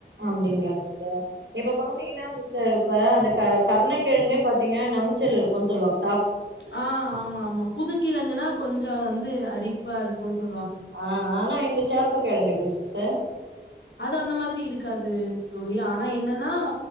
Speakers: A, on the right (about 85°); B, on the left (about 80°).
A: அப்டிங்களா சிஸ்டர் இப்ப பாத்தீங்கன்னா சிஸ்டர் இப்ப அந்த கர் கர்ண கிழங்குகே பாத்தீங்க நமிச்சல் இருக்கும்னு சொல்லுவாங்
B: ஆஆம்மா ஆம்மா புதுக்கிழங்குன்னா கொஞ் கொஞ்ம் வந்து அரிப்பா இருக்கும் <inaudible> சொல்லுவாங்க
A: ஆ ஆனா இந்த சேப்ப கிழங்க எப்டி சிஸ்டர்
B: அது அந்த மாதிரி இருக்காது தோழி ஆனா என்னன்னா